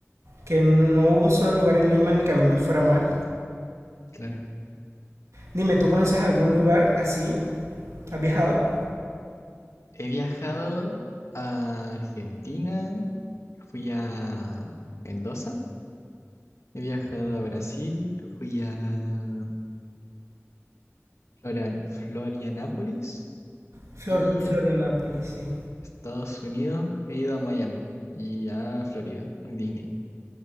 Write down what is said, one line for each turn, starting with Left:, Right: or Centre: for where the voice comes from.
Right: que no, no hubo un solo lugar en Lima en el que a mí me fuera mal.
Left: claro.
Right: Dime, ¿tú conoces algún lugar así? ¿Has viajado?
Left: He viajado a Argentina, fui a Mendoza, he viajado a Brasil, fui a Florian- Florianápolis
Right: Flor,
Left: y
Right: Florianápolis,
Left: a
Right: sí.
Left: Estados Unidos, he ido a Miami y a Florida, a Disney.